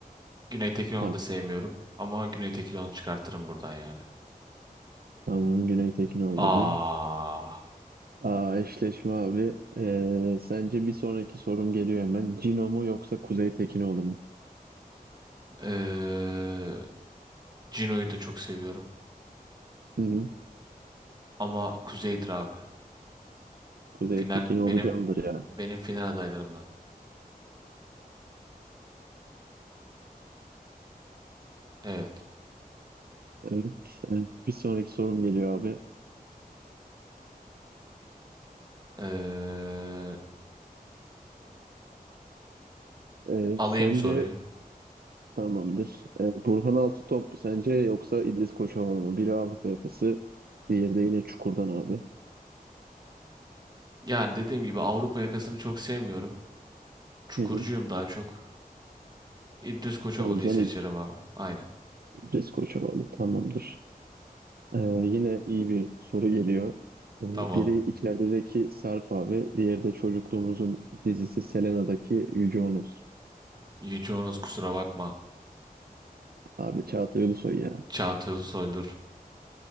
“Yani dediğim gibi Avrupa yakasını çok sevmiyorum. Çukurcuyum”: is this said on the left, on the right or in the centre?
Right